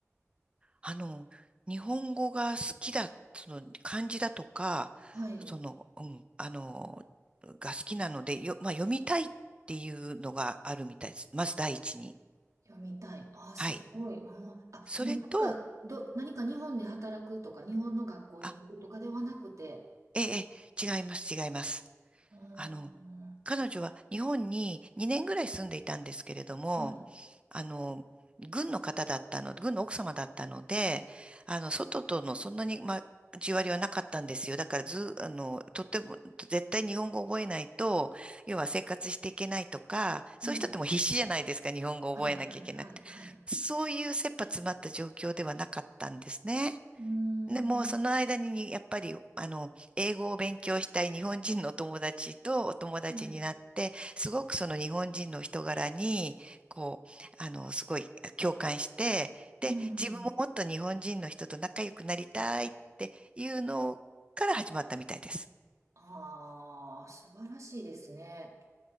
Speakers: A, on the right; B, on the right.
A: あの、日本語が好きだ、その漢字だとか、
B: はい。
A: その、うん、あの、が好きなので、よ、まあ、読みたいっていうのがあるみたいです。まず第一に。
B: 読みたい。ああ、すごい。
A: はい。
B: あー、あもうなんか、
A: それと、
B: ど、何か日本で働くとか、日本の学校に行くとかではなくて。
A: あ、ええ、ええ違います、違います。
B: あ
A: あの、彼女は日本に2年ぐらい住んでいたんですけれども、
B: あ、はい、
A: あの、軍の方だったの、軍の奥様だったので、あの、外とのそんなに、まあ、交わりはなかったんですよ。だからず、あの、とっても、絶対日本語を覚えないと、要は生活していけないとか、そういう人ってもう必死じゃないですか、
B: はい、
A: 日本語を覚えなきゃいけなくて。
B: はい、はい、はい、はい。
A: そういう切羽詰まった状況ではなかったんですね。
B: うーん、
A: でも、その間にに、やっぱり、あの、英語を勉強したい日本人のお友達とお友達になって、
B: はい、
A: すごくその日本人の人柄に、こう、あの、すごい共感して、で、
B: うん。
A: 自分ももっと日本人の人と仲良くなりたいっていうのから始まったみたいです。
B: ああ、素晴らしいですね。